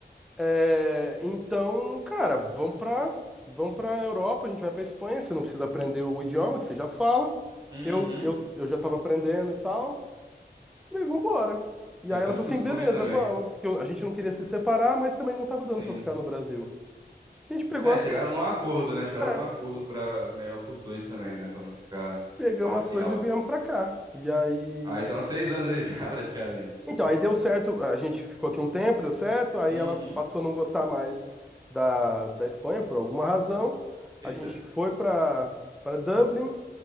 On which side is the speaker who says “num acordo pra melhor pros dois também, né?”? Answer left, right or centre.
Right